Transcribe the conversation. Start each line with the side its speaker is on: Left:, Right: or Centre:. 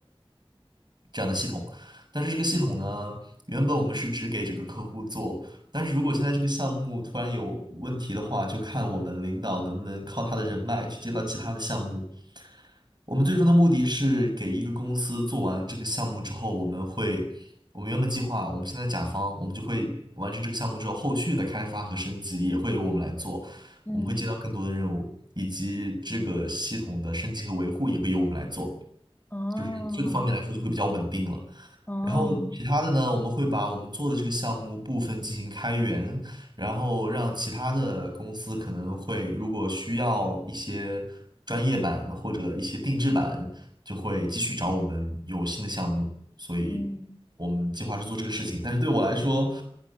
Right: 这样的系统。但是这个系统呢，原本我们是只给这个客户做，但是如果现在这个项目突然有问题的话，就看我们领导能不能靠他的人脉去接到其他的项目。我们最终的目的是给一个公司做完这个项目之后，我们会，我们原本计划，我们现在甲方，我们就会完成这个项目之后，后续的开发和升级也会由我们来做，我们会接到更多的任务，
Left: 嗯，
Right: 以及这个系统的升级和维护也会由我们来做。
Left: 哦，
Right: 就是这个方面来说就会比较稳定了。
Left: 哦，
Right: 然后其他的呢，我们会把我们做的这个项目部分进行开源，然后让其他的公司可能会如果需要一些专业版或者一些定制版，就会继续找我们有新的项目。所以
Left: 嗯，
Right: 我们计划是做这个事情，但是对我来说。